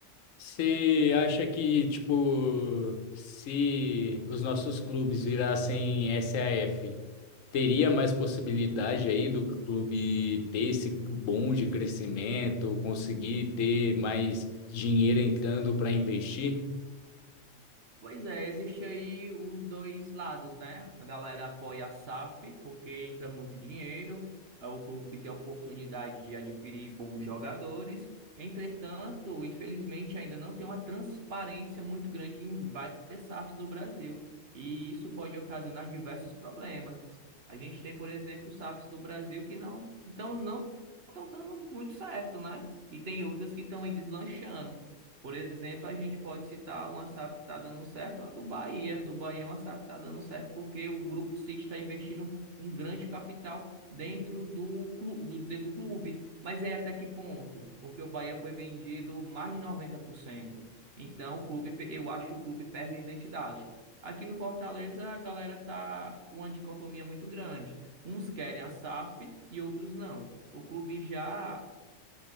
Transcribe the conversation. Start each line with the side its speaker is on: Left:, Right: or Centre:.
Left: Você acha que, tipo, se os nossos clubes virassem S A F teria mais possibilidade aí do clube ter esse bom de crescimento, conseguir ter mais dinheiro entrando para investir?
Right: Pois é, existe aí os dois lados, né? A galera apoia a SAF porque entra muito dinheiro, eh, o clube tem a oportunidade de adquirir bons jogadores. Entretanto, infelizmente, ainda não tem uma transparência muito grande em várias SAFs no Brasil, e isso pode ocasionar diversos problemas. A gente tem, por exemplo, SAFs no Brasil que não, então não estão dando muito certo, né? E tem outras que estão aí deslanchando. Por exemplo, a gente pode citar uma SAF que está dando certo, é a do Bahia. Do Bahia é uma SAF que está dando certo porque o Grupo City está investindo um grande capital dentro do, clu- do, de- do clube. Mas é até que ponto? Porque o Bahia foi vendido mais de noventa por cento Então, o clube, pe- eu acho que o clube perde a identidade. Aqui no Fortaleza, a galera tá uma dicotomia muito grande. Uns querem a SAF e outros não. O clube já